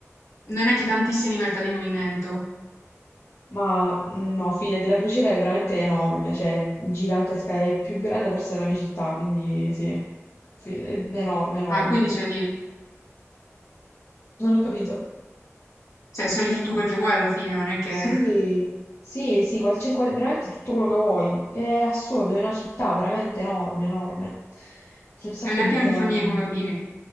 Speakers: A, on the left; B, on the left.
A: non è che tantissima libertà di movimento.
B: Ma mh, no, fidati, la crociera è veramente enorme, cioè gigantesca, è più grande forse della mia città, quindi sì, Fi- è enorme, enorme.
A: Ah, quindi c'è lì.
B: Non ho capito.
A: Cioè, c'è di tutto quel che vuoi alla fine, non è che...
B: Sì,
A: <laughs>
B: sì, sì, qua- c'è qua- veramente tutto quello che vuoi. È assurdo, è una città veramente enorme, enorme. C'è un sacco
A: E non è
B: di
A: un pieno
B: piani.
A: di famiglie con bambini.